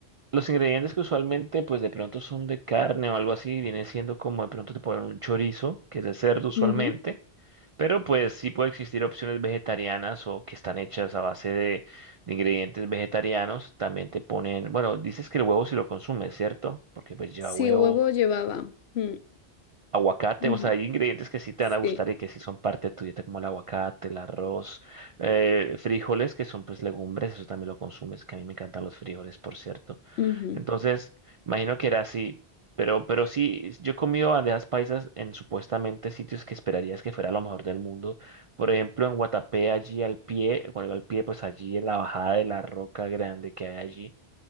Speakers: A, on the right; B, on the left.
A: los ingredientes que usualmente, pues de pronto son de carne o algo así, viene siendo como de pronto te ponen un chorizo, que es de cerdo usualmente,
B: Ujú.
A: pero pues sí puede existir opciones vegetarianas o que están hechas a base de, de ingredientes vegetarianos. También te ponen, bueno, dices que el huevo si lo consumes, ¿cierto? Porque pues lleva
B: Sí,
A: huevo.
B: huevo llevaba. Mm,
A: aguacate,
B: ujú.
A: o sea, hay ingredientes que sí te van a gustar
B: Sí.
A: y que sí son parte de tu dieta, como el aguacate, el arroz, eh, frijoles, que son pues legumbres, eso también lo consumes, que a mí me encantan los frijoles, por cierto.
B: ujú.
A: Entonces, imagino que era así, pero, pero sí, yo he comido bandejas paisas en supuestamente sitios que esperarías que fuera lo mejor del mundo. Por ejemplo, en Guatapé, allí al pie, bueno, al pie, pues allí en la bajada de la roca grande que hay allí.